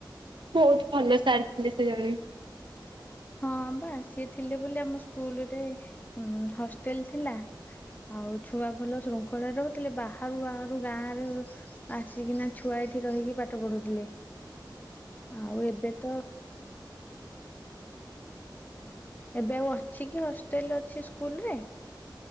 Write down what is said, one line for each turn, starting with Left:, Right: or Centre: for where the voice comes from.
Right: ବହୁତ ଭଲ ସାର ଥିଲେ ସେ ଜଣେ।
Left: ହଁ ବା ସିଏ ଥିଲେ ବୋଲି ଆମ ସ୍କୁଲ ରେ ହଷ୍ଟେଲ ଥିଲା ଆଉ ଛୁଆ ଭଲ ଶୃଙ୍ଖଳାରେ ରହୁଥିଲେ ବାହାରୁ ବାହାରୁ ଗାଁ ରେ ଆସିକିନା ଛୁଆ ଏଇଠି ରହିକି ପାଠ ପଢୁଥିଲେ ଆଉ ଏବେ ତ ଏବେ ଆଉ ଅଛି କି ହଷ୍ଟେଲ ଅଛି ସ୍କୁଲ ରେ